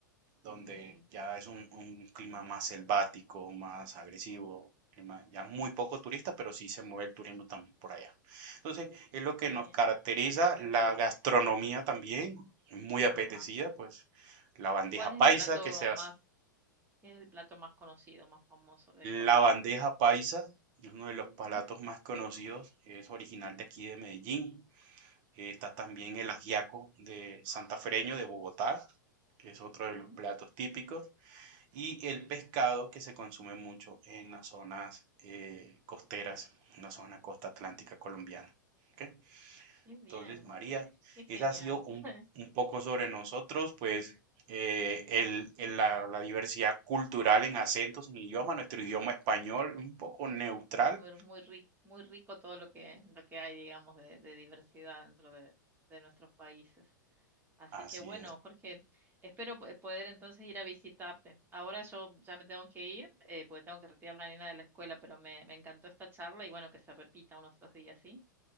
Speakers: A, on the right (about 40°); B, on the right (about 20°).
A: donde
B: Ujú,
A: ya es un, un clima más selvático, más agresivo, clima ya muy poco turista, pero sí se mueve el turismo también por allá. Entonces, es lo que
B: Qué
A: nos
B: bien.
A: caracteriza,
B: Hay de
A: la
B: todo.
A: gastronomía también, muy apetecida,
B: Ajá.
A: pues la bandeja
B: ¿Cuál es
A: paisa
B: el plato
A: que se
B: más,
A: hace.
B: qué es el plato más conocido, más famoso de Colombia?
A: La bandeja paisa es uno de los
B: Ujú,
A: platos más conocidos, es original de aquí de Medellín. Eh, Está también el ajiaco de santafereño de Bogotá, que es otro
B: ujú.
A: de los platos típicos. y el pescado que se consume mucho en las zonas eh, costeras, en la zona costa atlántica colombiana. ¿ok?
B: Qué bien.
A: Entonces, María,
B: Qué, qué genial.
A: esa ha sido un,
B: <laughs>
A: un poco sobre nosotros, pues eh, el- el- la,
B: Un
A: la
B: placer.
A: diversidad cultural en acentos, en idioma, nuestro idioma español, un poco neutral.
B: es muy, muy rico, muy rico todo lo que, lo que hay, digamos, de, de diversidad dentro de, de nuestros países. Así
A: Así
B: que bueno,
A: es.
B: Jorge, espero po- eh, poder entonces ir a visitarte. Ahora yo ya me tengo que ir, eh, porque tengo que retirar a la nena de la escuela, pero me, me encantó esta charla y bueno, que se repita unos dos días, ¿sí?